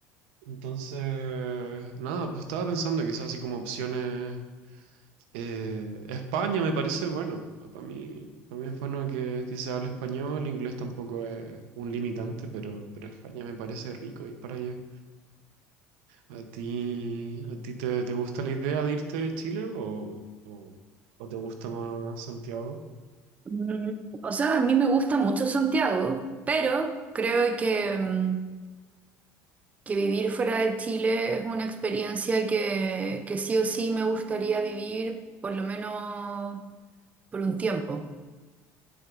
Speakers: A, on the right; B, on the right.
A: entonces, nada, pues estaba pensando quizás así como opciones. eh, España me parece bueno, para mí, para mí es bueno que, que se hable español, inglés tampoco es un limitante, pero, pero España me parece rico ir para allá. ¿A ti, a ti te, te gusta la idea de irte de Chile o, o, o te gusta más Santiago?
B: Mm, O sea, a mí me gusta mucho Santiago, pero creo que, mm, que vivir fuera de Chile es una experiencia que, que sí o sí me gustaría vivir por lo menos por un tiempo.